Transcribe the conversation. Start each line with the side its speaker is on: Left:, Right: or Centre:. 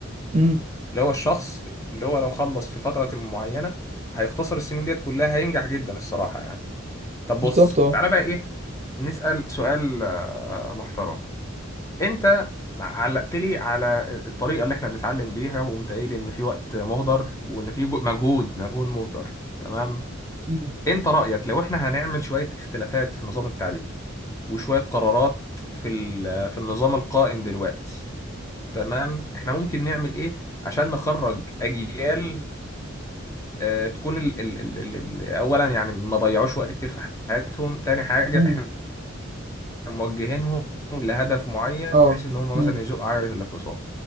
Right: امم
Left: اللي هو الشخص اللي هو لو خلص في فتره معينه هيختصر السنين ديت كلها هينجح جدا الصراحه يعني طب بص
Right: بالظبط اه
Left: تعالى بقى ايه نسأل سؤال آه، محترم انت علقت لي على الطريقه اللي احنا بنتعلم بيها وقمت قايل ان في وقت مهدر وان في جو- مجهود مجهود مهدر تمام
Right: امم
Left: انت رايك لو احنا هنعمل شويه اختلافات في نظام التعليم وشويه قرارات في ال- في النظام القائم دلوقتي تمام احنا ممكن نعمل ايه عشان نخرج اجيال اه، تكون ال ال ال ال ال- اولا يعني ما ضيعوش وقت كتير في حياتهم تاني حاجه
Right: امم
Left: احنا موجهينهم لهدف معين
Right: اه
Left: بحيث ان هم
Right: امم
Left: مثلا يزقوا عجله الاقتصاد